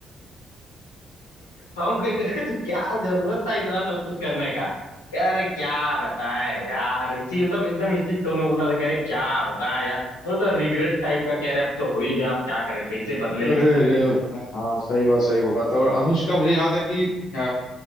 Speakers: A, on the left; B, on the left.
A: हम कहते तो क्या जरूरत था इतना सब कुछ करने का कह रहा, अरे क्या बताएं यार इसी मतलब एकदम इसी टोन में बोल रहा था कह रहे क्या बताएं यार वो तो रिग्रेट टाइप का कह रहे अब तो हो ही गया अब क्या करें कैसे बदले
B: अरे
A: इसको
B: अरे हाँ सही बात सही बात और अनुज का मुझे याद है कि अ,